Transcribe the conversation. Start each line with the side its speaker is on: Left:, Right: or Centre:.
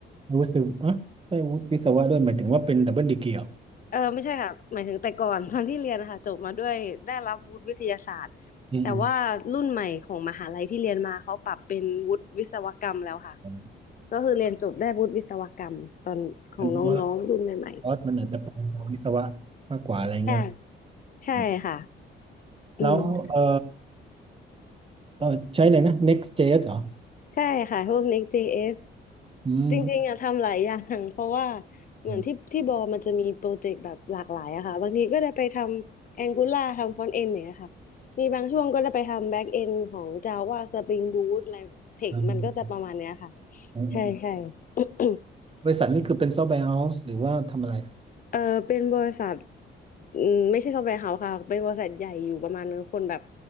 Right: วุฒิอ่ะได้วุฒิวิศวะด้วยหมายถึงว่าเป็นดับเบิลดีกรีเหรอ
Left: เออไม่ใช่ค่ะหมายถึงแต่ก่อน <laughs> ตอนที่เรียนนะคะจบมาด้วยได้รับวุฒิวิทยาศาสตร์แต่ว่ารุ่นใหม่ของมหาลัยที่เรียนมาเขาปรับเป็นวุฒิวิศวกรรมแล้วค่ะ
Right: อืมอืมอืม
Left: ก็คือเรียนจบได้วุฒิวิศวกรรมตอนของน้องๆรุ่นใหม่
Right: มันเป็นว่าคอร์สมันอาจจะไปทางวิศวะมากกว่าอะไรเงี้ยหรอ
Left: ๆใช่ใช่ค่ะ
Right: อืม
Left: อืม
Right: แล้วเออเออใช้อะไรนะ Next.js เหรอ
Left: ใช่ค่ะพวก Next.js
Right: อืม
Left: จริงๆอะทำหลายอย่าง <laughs> เพราะว่าเหมือนที่ที่บอมันจะมีโปรเจกต์แบบหลากหลายอะค่ะบางทีก็จะไปทำ
Right: อืม
Left: Angular ทำ Front End อย่างเงี้ยค่ะมีบางช่วงก็จะไปทำ Back End ของ Java Spring Boot อะไรเทคมันก็จะประมาณเนี้ยค่ะ
Right: อมอม
Left: ใช่ใช่ <coughs>
Right: บริษัทนี่คือเป็นซอฟต์แวร์เฮาส์หรือว่าทำอะไร
Left: เออเป็นบริษัทอืมไม่ใช่ซอฟต์แวร์เฮาส์ค่ะเป็นบริษัทใหญ่อยู่ประมาณคนแบบ